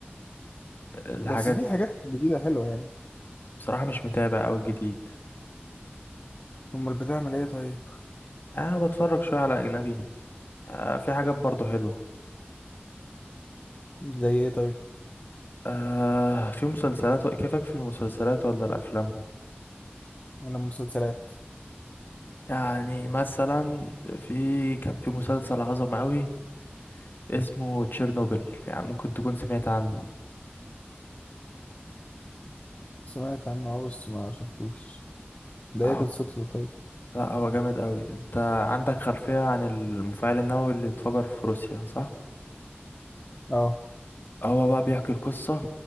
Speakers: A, on the left; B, on the left.
A: الحاجات
B: بس في حاجات جديدة حلوة يعني
A: بصراحة مش متابع أوي الجديد
B: امال بتعمل ايه طيب
A: أنا بتفرج شوية على أجنبي آه، في حاجات برضه حلوة
B: زي ايه طيب
A: آه في مسلسلات كيفك في المسلسلات ولا الأفلام؟
B: ولا مسلسلات
A: يعني مثلا في كان في مسلسل عظمة أوي اسمه تشيرنوبل يعني ممكن تكون سمعت عنه
B: سمعت عنه اه بس ما شفتوش ده
A: لا
B: ايه
A: هو
B: قصته طيب
A: لا هو جامد أوي أنت عندك خلفية عن المفاعل النووي اللي اتفجر في روسيا صح؟
B: اه
A: هو بقى بيحكي القصة